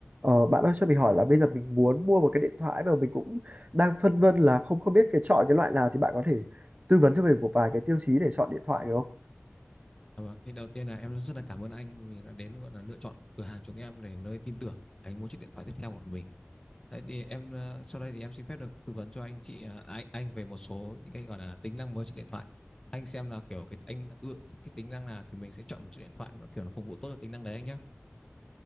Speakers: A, on the right; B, on the left.
A: Ờ, bạn ơi cho mình hỏi là bây giờ mình muốn mua một cái điện thoại mà mình cũng đang phân vân là không không biết cái chọn cái loại nào thì bạn có thể tư vấn cho mình một vài cái tiêu chí để chọn điện thoại được không?
B: À, vâng. Thì đầu tiên là em rất là cảm ơn anh vì đã đến gọi là lựa chọn cửa hàng chúng em để nơi tin tưởng anh mua chiếc điện thoại tiếp theo của mình. Đấy thì em ờ, sau đây thì em xin phép được tư vấn cho anh chị ờ, anh, anh về một số những cái gọi là tính năng mới trên điện thoại. Anh xem là kiểu cái anh đã ưa thích cái tính năng nào thì mình sẽ chọn một chiếc điện thoại nó kiểu nó phục vụ tốt cho tính năng đấy anh nhé.